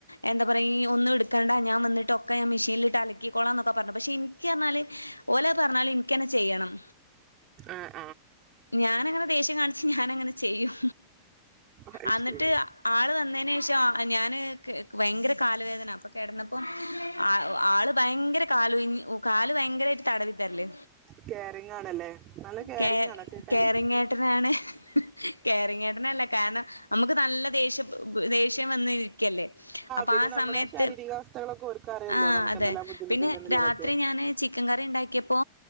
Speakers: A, on the left; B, on the right.
A: എന്താ പറയാ ഈ ഒന്നും എടുക്കേണ്ട ഞാൻ വന്നിട്ട് തൊക്കെ ഞാൻ മെഷീനിലിട്ട് അലക്കിക്കോളാം എന്നൊക്കെ പറഞ്ഞു പക്ഷെ എനിക്കാന്നാല് ഓലെ പറഞ്ഞാല് ഇനിക്കുതന്നെ ചെയ്യണം
B: ആഹ്
A: ഞാനങ്ങനെ ദേഷ്യം കാണിച്ച് ഞാൻ അങ്ങനെ ചെയ്യും
B: അത്
A: അന്നിട്ട്
B: ശരി
A: ആള് വന്നേനേഷ പ ഞാന് ഭയങ്കര കാലു വേദന അപ്പൊ കിടന്നപ്പോ ആ ആള് ഭയങ്കര കാല് കാല് ഭയങ്കരായിട്ട് തടവി തരല്
B: കേയറിങ് ആണല്ലേ നല്ല കെയറിങ്
A: കേ
B: ആണോ ചേട്ടായി
A: കെയറിങേട്ടനാണ് കെയറിങ്ങേട്ടനല്ല കാരണം നമുക്ക് നല്ല ദേഷ്യ ദേഷ്യം വന്ന് ഇരിക്കല്ലേ അപ്പം
B: പിന്നെ
A: ആ
B: നമ്മുടെ
A: സമയത്ത്
B: ശാരീരികാവസ്ഥകളൊക്കെ ഓർക്ക് അറിയല്ലോ
A: ആഹ്
B: നമുക്ക്
A: അതെ
B: എന്തെല്ലാം ബുദ്ധിമുട്ടുണ്ടെന്നുള്ളതൊക്കെ
A: പിന്നെ രാത്രി ഞാന് ചിക്കൻ കറി ഇണ്ടാക്കിയപ്പോ